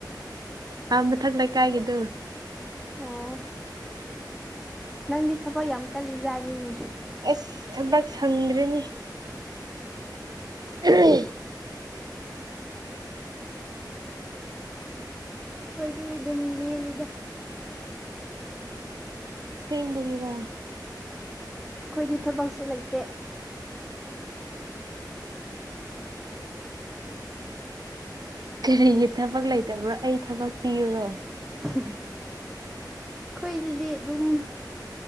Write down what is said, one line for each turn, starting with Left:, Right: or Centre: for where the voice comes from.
Right: ꯑ ꯃꯊꯛ ꯂꯩ ꯀꯥꯏꯒꯤꯗꯨ
Centre: ꯑꯥ ꯅꯪꯒꯤ ꯊꯄ ꯌꯝ ꯀꯜꯗꯅꯤꯅꯦ
Right: ꯑꯁ ꯊꯕꯥꯛ ꯁꯪꯗ꯭ꯔꯤꯅꯦ ꯎꯝ
Centre: ꯑꯩꯈꯣꯏꯗꯤ ꯑꯗꯨꯝ ꯂꯦꯜꯂꯤꯗ
Right: ꯁꯦꯡ ꯒꯦꯔꯥ
Centre: ꯑꯩꯈꯣꯏꯗꯤ ꯊꯕꯛꯁꯨ ꯂꯩꯇꯦ
Right: ꯀꯔꯤꯒꯤ ꯊꯕꯛ ꯂꯩꯇꯕ꯭ꯔꯣ ꯑꯩ ꯊꯕꯛ ꯄꯤꯌꯨꯔꯣ
Centre: ꯑꯩꯈꯣꯏꯗꯗꯤ ꯑꯗꯨꯝ